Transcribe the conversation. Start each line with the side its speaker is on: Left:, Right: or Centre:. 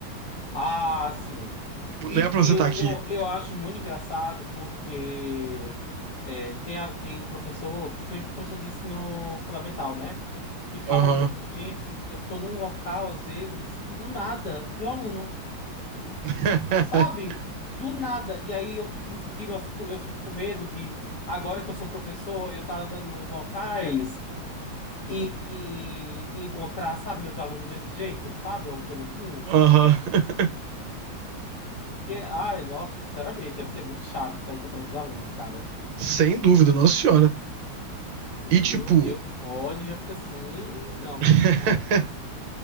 Left: Ah, sim.
Right: Tipo,
Left: E,
Right: não é pra você
Left: e
Right: estar
Left: eu,
Right: aqui.
Left: eu, eu acho muito engraçado porque é, tem, a- tem professor, principalmente professor de ensino fundamental, né? Que fala
Right: Aham.
Left: muito. Gente, eu tô num local às vezes e do nada, meu aluno,
Right: <laughs>
Left: sabe? Do nada. E aí eu fico me sentindo assim, co- eu fico com medo de, agora que eu sou professor, eu tá andando nos locais e, e, e encontrar, sabe, meus alunos desse jeito, sabe? Alguma coisa assim.
Right: Aham. <laughs>
Left: Porque, ai, nossa, sinceramente, deve ser muito chato ficar encontrando os alunos, cara.
Right: Sem dúvida, nossa senhora.
Left: Eu,
Right: E tipo,
Left: eu olho e já fico assim, não,
Right: <laughs>
Left: que não.